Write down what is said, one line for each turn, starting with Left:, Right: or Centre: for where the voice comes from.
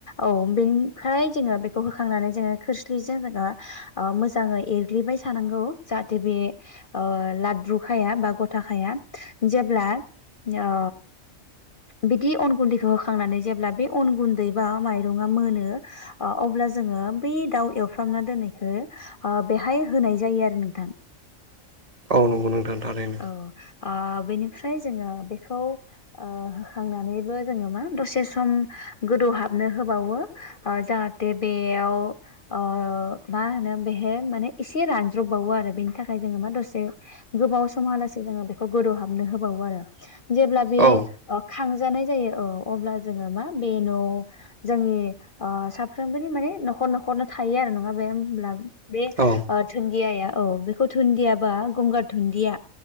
Left: औ बेनिफ्राय जोंङो बे खौ होखांनानै जोंङो खोरस्लिजों जोङो मोजाङै एरग्लिबाय थानांगौ जाहाथे बे ओ लाद्रुखाया बा गथाखाया जेब्ला ओ बिदि अन गुन्दैखौ होखांनानै जेब्ला बे अन गुन्दै बा माइरंङा मोनो अब्ला जोंङो बै दाउ एवफ्रामना दोननायखौ ओ बेहाय होनाय जायो आरो नोंथां
Right: औ नंगौ नोंथां थारैनो
Left: औ ओ बेनिफ्राय जोंङो बेखौ ओ होखांनानैबो जोंङो मा दसे सम गोदौहाबनो होबावो जाहाथे बेयाव ओ मा होनो बेहाय माने एसे रानज्रबावो आरो बेनि थाखाय जोंङो मा दसे गोबाव समहालासे जोंङो बेखौ गोदौ हाबनो होबावो आरो जेब्ला बे
Right: औ
Left: अ खांजानाय जायो औ अब्ला जोंङो मा बे न' जोंनि ओ साफ्रोमबोनि माने न'खर न'खरनो थायो आरो नङा बे होमब्ला बे
Right: औ
Left: दुन्दियाया औ बेखौ दुन्दियाबा गंगार धुनन्दिया